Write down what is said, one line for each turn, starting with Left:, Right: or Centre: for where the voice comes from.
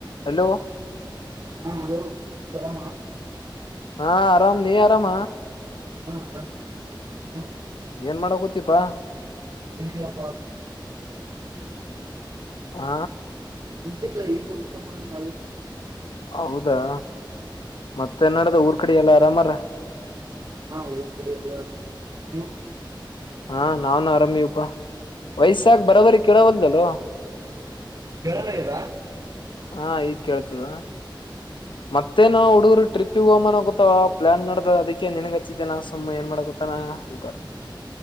Left: ಹಲೋ
Right: ಹಾ ಹಲೋ ಆರಾಮ
Left: ಹಾ ಆರಾಮ್ ನೀ ಆರಾಮ
Right: ಹಾ ಆರಾಮ್ ನೀವು
Left: ಏನ್ ಮಾಡ ಕುತ್ತೀಪಾ
Right: ಎನಿಲ್ಲ ಪ
Left: ಹಾ
Right: ಕುಂತಿದ್ದೆ ಈಗ ಊಟ ಮಾಡಿ ಕಾಲ
Left: ಹೌದಾ ಮತ್ತೆ ನಡದ್ ಊರ್ ಕಡೆ ಎಲ್ಲ ಆರಾಮಾರ
Right: ಹಾ ಊರ್ ಕಡೆ ಯಲ್ಲರ್ ನೀವು
Left: ಹಾ ನಾವ್ನ್ ಆರಾಮವಿಪಾ ವಯಸಕ್ ಬರೋಬರಿ ಕೇಳವಲ್ದ ವಲ್ಲೋ
Right: <unintelligible>
Left: ಹಾ ಈಗ್ ಕೇಳ್ತದ ಮತ್ತೇ ನಾ ಹುಡುಗರು ಟ್ರಿಪ್ಗೆ ಹೋಮ್ಮನ ಗೊತ್ತ ಪ್ಲಾನ್ ನಡ್ದ ಅದಕ್ಕೆ ನಿನಗ್ ಹಚ್ಚಿದ್ದೇನಾ ಸುಮ್ಮ ಏನ್ ಮಾಡಕೊತ್ತಾನ ಅಂತ